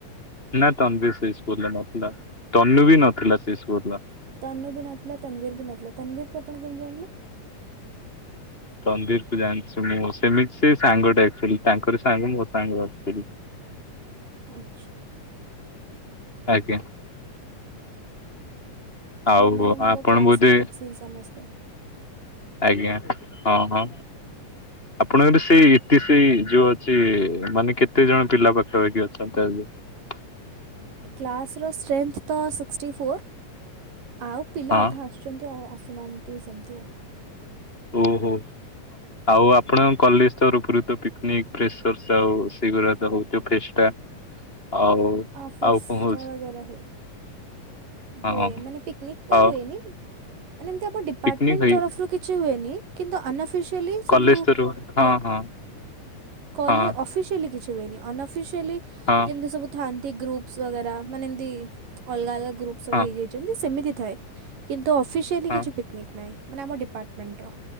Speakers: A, on the left; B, on the right.
A: ନା ତନବିର୍ ବି ସେଇ ସ୍କୁଲରେ ନଥିଲା ତନୁ ବି ନଥିଲା ସେଇ ସ୍କୁଲ ର।
B: ତନୁ ବି ନଥିଲା ତନବୀର ବି ନଥିଲା ତନବୀର କୁ ଆପଣ କେମିତି ଜାଣିଲେ?
A: ତନବିର କୁ ଯାଣିଚି ମୁଁ ସେ ବି ସେ ସାଙ୍ଗଟା ଆକ୍ଚୁଆଲି ତାଙ୍କର ସାଙ୍ଗ ମୋ ସାଙ୍ଗ ଆକ୍ଚୁଆଲି।
B: ଆଚ୍ଛା।
A: ଆଜ୍ଞା। ଆଉ
B: ହଁ ଏମାନେ ମୋର
A: ଆପଣ
B: କ୍ଲାସମେଟଶ୍
A: ବୋଧେ
B: ସମସ୍ତେ।
A: ଆଜ୍ଞା ହଁ ହଁ। ଆପଣଙ୍କର ସେଇ ଇତି ସେଇ ଯୋଉ ଅଛି ମାନେ କେତେ ଜଣ ପିଲା ପାଖାପାଖି ଅଛନ୍ତି ତା <unintelligible>
B: କ୍ଲାସ୍ ର ଷ୍ଟ୍ରେନ୍ଥ ତ ସିକ୍ଷ୍ଟୀ ଫୋର୍ ଆଉ ପିଲା
A: ହଁ
B: ଅଧା ଆସୁଚନ୍ତି ଆଉ ଆସୁନାହାନ୍ତି ସେମିତି ଆଉ।
A: ଓହୋ। ଆଉ ଆପଣଙ୍କ କଲେଜ୍ ତରଫରୁ ତ ପିକନିକ୍ ଫ୍ରେଶେରଶ୍ ଆଉ ସେଗୁରା ହଉଥିବା ଫେଷ୍ଟା? ଆଉ
B: ଅ ଫେଷ୍ଟା
A: ଆଉ କଣ ହଉଛି
B: ବଗେରା ହୁଏ। ହୁଏ
A: ହଁ
B: ମାନେ ପିକନିକ୍ ତ
A: ଆଉ
B: ହୁଏନି ମାନେ ଏମିତି ଆମ ଡିପାର୍ଟମେଣ୍ଟ
A: ପିକନିକ ହେଇ
B: ତରଫରୁ କିଛି ହୁଏନି। କିନ୍ତୁ ଅନ୍ଅଫିସିଆଲି
A: କଲେଜ
B: ସବୁ
A: ତରଫରୁ ହଁ
B: ଲେ
A: ହଁ
B: କଲ୍
A: ହଁ
B: ଅଫିସିଆଲି କିଛି ହୁଏନି ଅନଅଫିସିଆଲି
A: ହଁ
B: ଯେମିତି ସବୁ ଥାନ୍ତି ଗ୍ରୁପ୍ସ ବଗେରା ମାନେ ଏମତି ଅଲଗା ଅଲଗା ଗ୍ରୁପ ସବୁ
A: ହଁ
B: ହେଇଯାଇଚନ୍ତି ସେମିତି ଥାଏ କିନ୍ ତୁ ଅଫିସିଆଲି
A: ହଁ
B: କିଛି ପିକନିକ୍ ନାହିଁ ମାନେ ଆମ ଡିପାର୍ଟମେଣ୍ଟର।